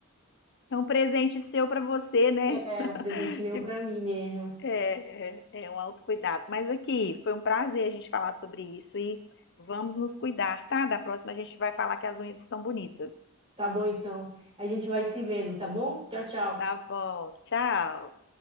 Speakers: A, on the left; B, on the right.
A: É um presente seu para você, né?
B: É um presente meu
A: Tipo,
B: para mim mesmo.
A: É, é é um autocuidado. Mas aqui, foi um prazer a gente falar sobre isso e vamos nos cuidar, tá? Da próxima a gente vai falar que as unhas estão bonitas.
B: Tá bom, então. A gente vai se vendo, tá bom? Tchau, tchau.
A: Tá bom, tchau.